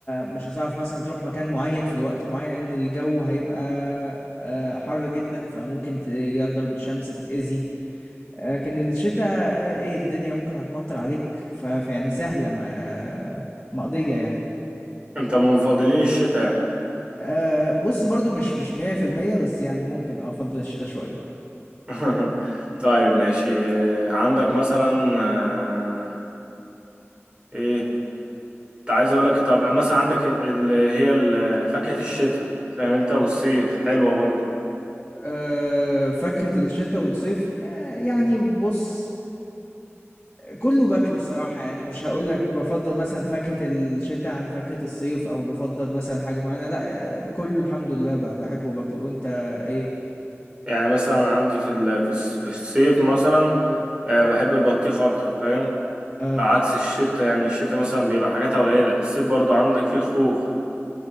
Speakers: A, on the left (about 20°); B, on the right (about 20°).
A: مش هتعرف مثلا تروح مكان معين في الوقت المعين ان الجو هيبقى آه، حر جدا فممكن تجيلك ضربة شمس تتأذي آه، لكن الشتاء آه، ايه الدنيا ممكن هتمطر عليك ف- فيعني سهلة ما- مقضية يعني
B: أنت من مفضلين الشتاء يعني
A: آه، بص برضو مش مش 100% بس يعني ممكن اه افضل الشتاء شوية
B: <laughs> طيب ماشي آه، عندك مثلا آه، إيه؟ عايز اقول لك طب مثلا عندك اللي هي ال- فاكهة الشتاء فاهم انت والصيف حلوة برضو
A: آه، فاكهة الشتاء والصيف آه، يعني بص كله باكله الصراحة يعني مش هقول لك بفضل مثلا فاكهة الشتاء عن فاكهة الصيف او بفضل مثلا حاجة معينة لا آه، كله الحمد لله ب- بحبه وباكله وانت ايه
B: يعني مثلا عندي في ال- في الص- في الصيف مثلا آه، بحب البطيخ اكتر فاهم
A: اه
B: عكس الشتاء يعني الشتاء مثلا بيبقى حاجاتها قليلة الصيف برضو عندك فيه الخوخ